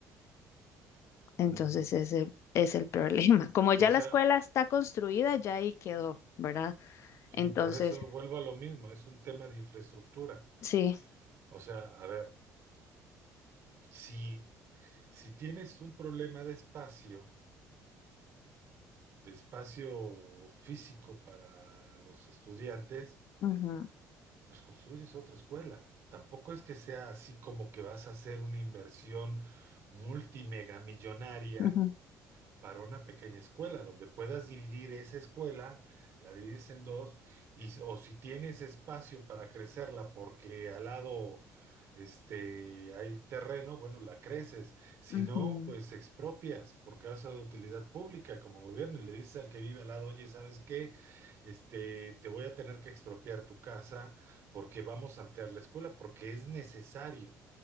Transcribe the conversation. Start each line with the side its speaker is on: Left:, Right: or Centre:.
Left: Entonces
Right: Mm.
Left: ese es el problema. <laughs> Como ya
Right: O sea,
Left: la escuela está construida, ya ahí quedó, ¿verdad?
Right: sí,
Left: Entonces,
Right: por eso vuelvo a lo mismo, es un tema de infraestructura.
Left: sí.
Right: O sea, a ver, si Si tienes un problema de espacio, de espacio físico para los estudiantes,
Left: Ujú,
Right: pues construyes otra escuela. Tampoco es que sea así como que vas a hacer una inversión multimegamillonaria
Left: ujú,
Right: para una pequeña escuela, donde puedas dividir esa escuela, la divides en dos, y, s- o si tienes espacio para crecerla porque al lado este, hay terreno, bueno, la creces. Si
Left: ujú,
Right: no, pues expropias por causa de utilidad pública como gobierno y le dices al que vive al lado, oye, ¿sabes qué? Este, te voy a tener que expropiar tu casa porque vamos a ampliar la escuela, porque es necesario.